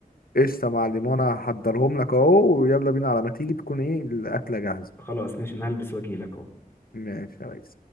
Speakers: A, on the left; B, on the left.
A: قشطة يا معلم وانا هحضرهم لك اهو ويلا بينا على ما تيجي تكون ايه الاكلة جاهزة
B: خلاص ماشي انا هلبس واجيلك اهو
A: ماشي يا ريس